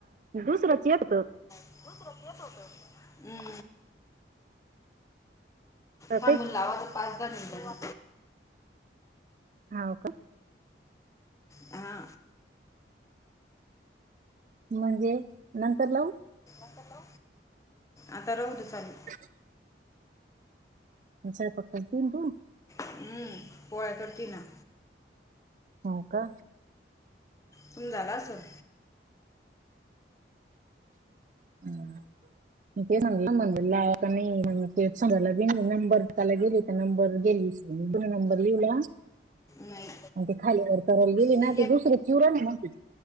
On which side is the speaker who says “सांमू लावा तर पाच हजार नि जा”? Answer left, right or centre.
Left